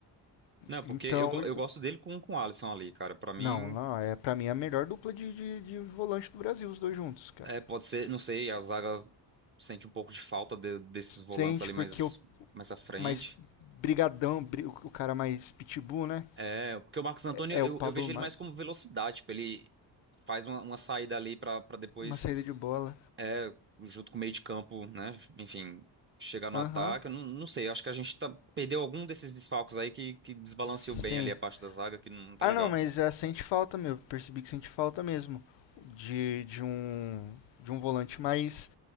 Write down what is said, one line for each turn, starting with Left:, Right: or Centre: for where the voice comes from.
Right: Não,
Left: Então.
Right: porque eu, go- eu gosto dele com, com o Alisson ali, cara. Pra mim,
Left: Não, não. É pra mim a melhor dupla de, de, de volante do Brasil, os dois juntos, cara.
Right: é, pode ser, não sei, a zaga sente um pouco de falta de- desses volantes
Left: Sente,
Right: ali
Left: porque
Right: mais,
Left: o
Right: mais à frente.
Left: mais brigadão, bri- o cara mais pitbull, né?
Right: É, porque o Marcos Antônio,
Left: É
Right: eu,
Left: é o Pablo
Right: eu vejo
Left: Maia.
Right: ele mais como velocidade, tipo, ele faz uma, uma saída ali pra pra depois,
Left: Uma saída de bola.
Right: é, junto com o meio de campo, né, enfim, chegar no
Left: Aham.
Right: ataque, eu não, não sei, eu acho que a gente tá, perdeu algum desses desfalques aí que, que desbalanceou
Left: Sim.
Right: bem ali a parte da zaga, que não tá
Left: Ah,
Right: legal.
Left: não, mas é, sente falta, meu. Percebi que sente falta mesmo. De, de um de um volante mais